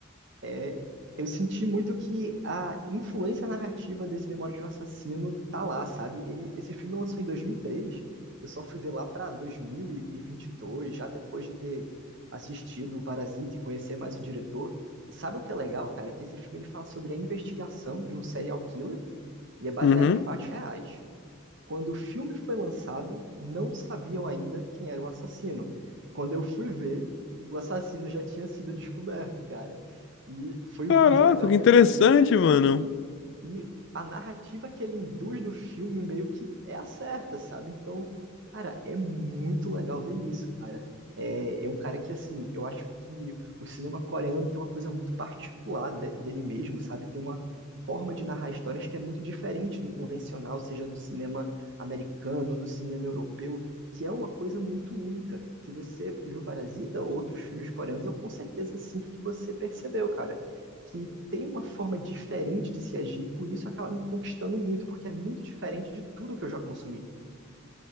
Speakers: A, on the right (about 55°); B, on the left (about 55°).
A: É, Eu senti muito que a influência narrativa desse Memória de um Assassino tá lá, sabe? Ele- esse filme lançou em 2003. eu só fui ver lá pra dois, mil e vinte e dois, já depois de ter assistido o Parasita e conhecer mais o diretor. E sabe o que é legal, cara? Que esse filme ele fala sobre a investigação de um serial killer e é baseado
B: Uhum.
A: em fatos reais. Quando o filme foi lançado, não sabiam ainda quem era o assassino. Quando eu fui ver, o assassino já tinha sido descoberto, cara. E foi
B: Caraca,
A: muito legal
B: que
A: ver
B: interessante,
A: isso.
B: mano.
A: E a narrativa que ele induz do filme meio que é a certa, sabe? Então, cara, é muito legal ver isso, cara. É, é um cara que, assim, eu acho que o cinema coreano tem uma coisa muito particular de- dele mesmo, sabe? Tem uma forma de narrar histórias que é muito diferente do convencional, seja do cinema americano ou do cinema europeu, que é uma coisa muito única. Se você viu Parasita ou outros filmes coreanos, eu com certeza sinto que você percebeu, cara que tem uma forma diferente de se agir, por isso acaba me conquistando muito, porque é muito diferente de tudo que eu já consumi.